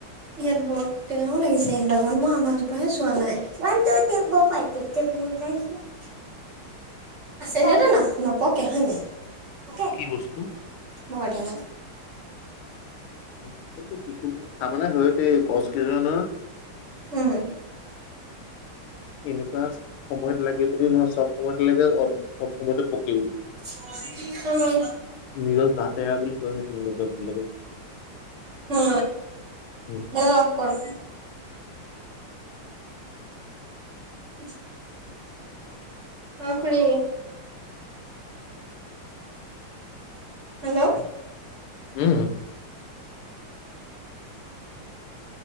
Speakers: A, on the right (about 45°); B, on the left (about 80°).
A: ইয়াত বৰ টেঙাও লাগিছে <unintelligible> মই আমাৰ জোপাহে চোৱা নাই। One two three four five. <unintelligible> এতিয়াতো না-নপকে হয় নাই? ওকে।
B: কি বস্তু?
A: নহয় টেঙা।
B: <unintelligible> তাৰমানে ধৰকে গছ কেইধৰণৰ?
A: হুম।
B: এনেকুৱা সময়ত লাগে বুলি নহয় চব সময়ত লাগে অ' চব সময়তে পকিল।
A: <inaudible> <inaudible>
B: নিজৰ জাত এৰা বুলি কয় সেইখিনি গছবিলাকক।
A: অ'
B: উম।
A: মোবাইল অফ কৰ। <inaudible> অ' খুৰি। হেল্ল'।
B: উম।